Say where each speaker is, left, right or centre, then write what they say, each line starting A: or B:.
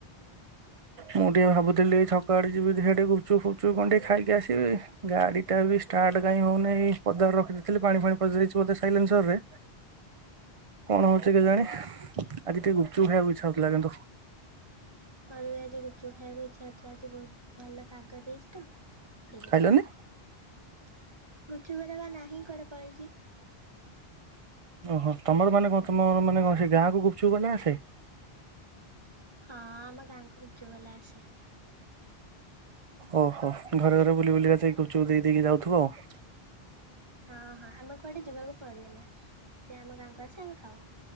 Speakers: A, on the right (about 45°); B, on the right (about 30°).
A: ମୁଁ ଟିକେ ଭାବୁଥିଲି ଛକ ଆଡେ ଯିବି ଦେଖିଆ ଟିକେ ଗୁପଚୁପ୍ ଫୁପଚୁପ୍ କଣ ଟିକେ ଖାଇକି ଆସିବି। ଗାଡି ଟା ବି ଷ୍ଟାର୍ଟ କାଇଁ ହଉନେଇ ପଦାରେ ରଖିଦେଇଥିଲି ପାଣି ଫାଣି ପଶିଯାଇଛି ବୋଧେ ସାଇଲେନ୍ସର ରେ। କଣ ହଉଛି କେଜାଣି ଆଜି ଟିକେ ଗୁପଚୁପ ଖାଇବାକୁ ଇଚ୍ଛା ହଉଥିଲା କିନ୍ତୁ।
B: ମୋର ବି ଆଜି ଗୁପଚୁପ ଖାଇବା କୁ ଇଚ୍ଛା ହଉଥିଲା ଆଜି ବହୁତ ଭଲ ପାଗ ଦେଇଛି ତ ସେଇ ଯୋଗୁ
A: ଖାଇଲନି
B: ଗୁପଚୁପ ବାଲା ବା ନାହିଁ କୁଆଡେ ପଳେଇଛି।
A: ଓହୋ ତମର ମାନେ କଣ ତମର ମାନେ କଣ ସେଇ ଗାଁକୁ ଗୁପଚୁପ ବାଲା ଆସେ?
B: ହଁ ଆମ ଗାଁ କୁ ଗୁପଚୁପ ବାଲା ଆସେ।
A: ଓହୋ ଘରେ ଘରେ ବୁଲି ବୁଲିକା ଯାଇ ଗୁପଚୁପ୍ ଦେଇକି ଯାଉଥିବ ଆଉ।
B: ହଁ ହଁ ଆମକୁ କୁଆଡ଼େ ଯିବାକୁ ପଡେନା ସେ ଆମ ଗାଁକୁ ଆସେ ଆମେ ଖାଉ।